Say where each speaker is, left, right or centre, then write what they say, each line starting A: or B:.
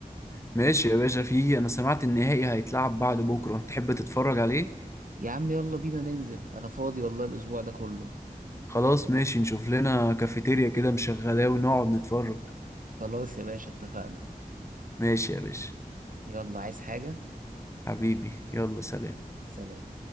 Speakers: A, on the left; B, on the right.
A: ماشي يا باشا فيه انا سمعت النهائي هيتلعب بعد بكره تحب تتفرج عليه
B: يا عم يلا بينا ننزل انا فاضي والله الاسبوع ده كله
A: خلاص ماشي نشوف لنا كافيتيريا كده مشغلاه ونقعد نتفرج
B: خلاص يا باشا اتفقنا
A: ماشي يا باشا
B: يلا عايز حاجة
A: حبيبي يلا سلام
B: سلام